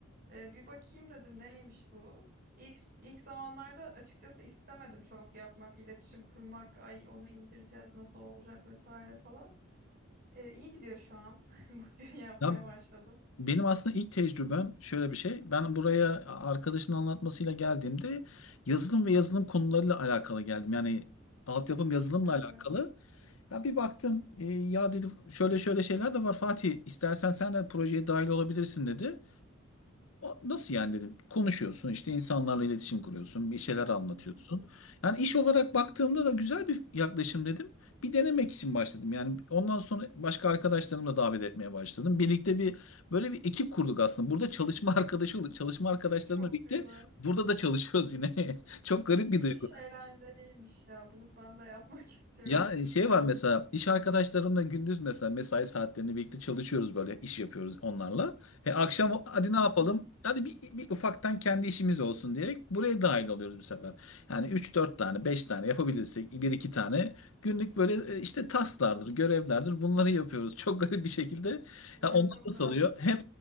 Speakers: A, on the right; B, on the left.
A: e, bir bakayım dedim neymiş bu. İlk, ilk zamanlarda açıkçası istemedim çok yapmak, iletişim kurmak, ay onu indireceğiz nasıl olacak vesaire falan. E, iyi gidiyor şu an. <laughs> Bugün yapmaya
B: Ya
A: başladım.
B: benim aslında ilk tecrübem şöyle bir şey. Ben buraya arkadaşın anlatmasıyla geldiğimde yazılım ve yazılım konularıyla alakalı geldim. Yani altyapım yazılımla
A: Evet.
B: alakalı. Ya bir baktım e, ya dedi şöyle şöyle şeyler de var Fatih istersen sen de projeye dahil olabilirsin dedi. Nasıl yani dedim. Konuşuyorsun işte insanlarla iletişim kuruyorsun, bir şeyler anlatıyorsun.
A: <laughs>
B: Yani iş olarak baktığımda da güzel bir yaklaşım dedim. Bir denemek için başladım. Yani ondan sonra başka arkadaşlarımı da davet etmeye başladım. Birlikte bir böyle bir ekip kurduk aslında. Burada çalışma <laughs> arkadaşı olduk. Çalışma arkadaşlarımla
A: Çok
B: birlikte
A: güzel.
B: burada da çalışıyoruz yine. <laughs> Çok garip bir
A: Müthiş
B: duygu.
A: eğlenceliymiş ya. Bunu ben de yapmak <laughs> istiyorum
B: Ya
A: kıskandım.
B: e, şey var mesela iş arkadaşlarımla gündüz mesela mesai saatlerini birlikte çalışıyoruz böyle iş yapıyoruz onlarla. E akşam hadi
A: Hı
B: ne
A: hı.
B: yapalım? Hadi bir, bir ufaktan kendi işimiz olsun diye buraya dahil oluyoruz bu sefer. Yani üç dört tane 5 tane yapabilirsek bir iki tane günlük böyle e, işte tasklardır görevlerdir bunları yapıyoruz. Çok garip bir şekilde
A: Ya
B: ya onlar
A: çok güzelmiş.
B: da salıyor. Hem